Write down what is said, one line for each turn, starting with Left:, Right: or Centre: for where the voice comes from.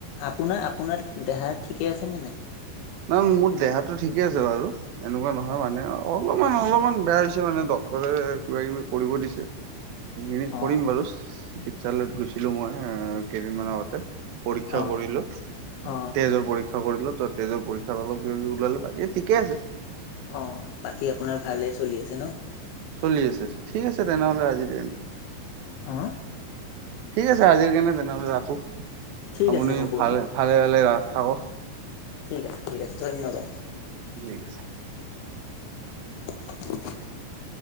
Left: আপোনাৰ, আপোনাৰ দেহা ঠিকে আছে নে নাই?
Right: নহয় মোৰ দেহাতো ঠিকে আছে বাৰু, এনেকুৱা নহয়
Left: অ
Right: মানে আৰু। অলপমান, অলপমান বেয়া হৈছে মানে, ডক্তৰে কিবা কিবি কৰিব দিছে। সেইখিনি
Left: অ
Right: কৰিম বাৰু, চিকিৎসালয়ত গৈছিলো মই এ, কেইদিনমান আগতে। পৰীক্ষা
Left: অ
Right: কৰিলোঁ,
Left: অ
Right: তেজৰ পৰীক্ষা কৰিলোঁ তাত। তেজৰ পৰীক্ষা অলপ কিবা কিবি ওলালে, বাকী ঠিকে আছে।
Left: অ', বাকী আপোনাৰ ভালে চলি আছে ন'?
Right: চলি আছে, ঠিক আছে তেনেহ'লে আজিৰ দিয়া।
Left: হা?
Right: ঠিক আছে আজিৰ কাৰণে তেনেহ'লে ৰাখো,
Left: ঠিক
Right: আপুনি
Left: আছে হ'ব
Right: ভালে
Left: দিয়ক
Right: ভালে ভালে ৰা, থাকক।
Left: ঠিক আছে, ঠিক আছে, ধন্যবাদ।
Right: ঠিক আছে।
Left: <inaudible>